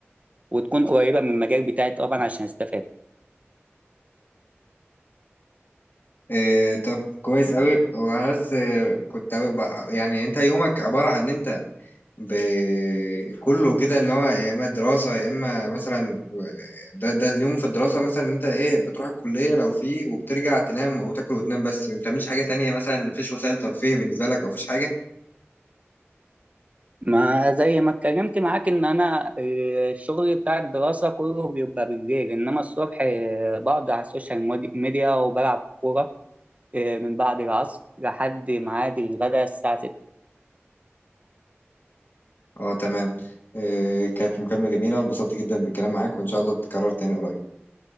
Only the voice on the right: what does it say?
وتكون قريبة من المجال بتاعي طبعا عشان أستفاد
ما زي ما اتكلمت معاك إن أنا آه، الشغل بتاع الدراسة كله بيبقى بالليل إنما الصبح آه، بقعد على السوشيال مودي- ميديا وبلعب كورة آه، من بعد العصر لحد ميعاد الغداء الساعة 6